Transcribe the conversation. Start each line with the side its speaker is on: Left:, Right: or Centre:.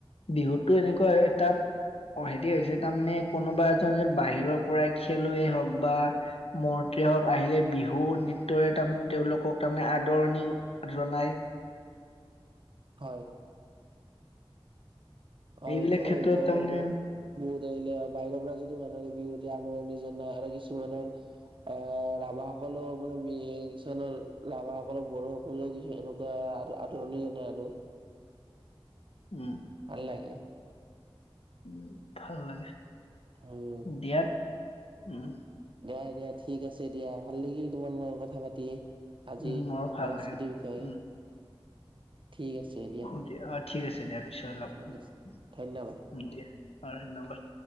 Left: বিহুতো এনেকুৱা এটা। অ সেইটোয়ে হৈছে তাৰমানে কোনোবা এজন যে বাহিৰৰ পৰাই খেলুৱেই হওক বা। মন্ত্ৰী হওক আহিলে বিহু নৃত্যৰে তাৰমানে তেওঁলোকক তাৰমানে আদৰণি, জনাই।
Right: হয়। অ'
Left: এইবিলাক
Right: সেইটো
Left: ক্ষেত্ৰত
Right: হয় গৈ
Left: তাৰমানে
Right: বিহুত আহিলে বাহিৰৰ পৰা যদি মানুহৰে বিহু নিজৰ <unintelligible> আৰু কিছুমানৰ। আ ৰাভাসকলেও মানে কিছুমানৰ ৰাভাসকলৰ বড়োসকলেও কিছু এনু দা আৰু আদৰণি জনাই আৰু।
Left: উম।
Right: ভাল লাগে।
Left: উম' ভাল লাগে।
Right: উম'।
Left: দিয়াত, উম।
Right: দিয়া দিয়া, ঠিক আছে দিয়া, ভাল লাগিল তোমাৰ লগত কথা পাতি। আজিৰ
Left: উম মোৰো ভাল
Right: সংস্কৃতিৰ
Left: লাগে
Right: বিষয়ে,
Left: উম
Right: ঠিক আছে দিয়া।
Left: অ দিয়া, অ' ঠিক আছে দিয়া, পিছত লগ
Right: ঠিক
Left: পাম,
Right: আছে ধন্যবাদ।
Left: দিয়া অ' ধন্যবাদ।